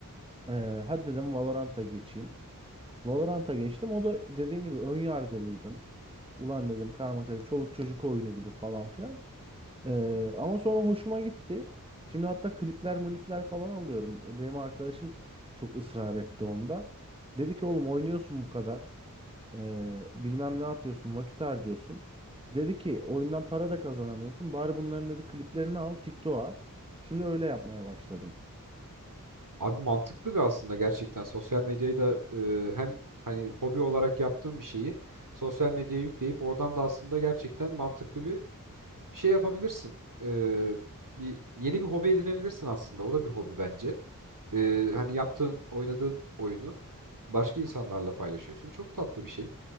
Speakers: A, on the right; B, on the right.
A: Ee, hadi dedim Valorant'a geçeyim. Valorant'a geçtim. O da dediğin gibi ön yargılıydım. Ulan dedim karma karışık çoluk çocuk oyunu gibi falan filan. Ee, ama sonra hoşuma gitti. Şimdi hatta klipler monipler falan alıyorum. Benim arkadaşım çok ısrar etti onda. Dedi ki oğlum oynuyorsun bu kadar. Ee, bilmem ne yapıyorsun vakit harcıyorsun. Dedi ki oyundan para da kazanamıyorsun. Bari bunların dedi kliplerini al TikTok'a at. Şimdi öyle yapmaya başladım.
B: Abi mantıklı bir aslında gerçekten sosyal medyayı da e, hem hani hobi olarak yaptığın bir şeyi sosyal medyaya yükleyip oradan da aslında gerçekten mantıklı bir şey yapabilirsin. E, bir yeni bir hobi edinebilirsin aslında. O da bir hobi bence. e, hani yaptığın, oynadığın oyunu başka insanlarla paylaşıyorsun. Çok tatlı bir şey.